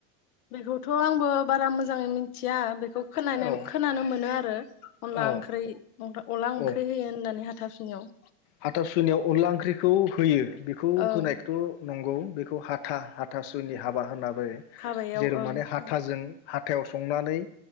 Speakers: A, on the left; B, on the left.
A: बेखौथ' आंबो बारा मोजाङै मिथिया बे खौ खोनानो
B: औ
A: खोनानो मोनो आरो। अनला
B: औ
A: ओंख्रि अनला ओंख्रि
B: औ
A: होयो होननानै ह हाथासुनियाव
B: हाथासुनियाव अनला ओंख्रिखौ होयो बेखौ
A: ओं
B: होनायखौथ नंगौ बेखौ हाथा हाथासुनि हाबा होनना बुंङो
A: हाबायाव
B: जेराव
A: ओं
B: माने हाथाजों
A: हाबा
B: हाथायाव संनानै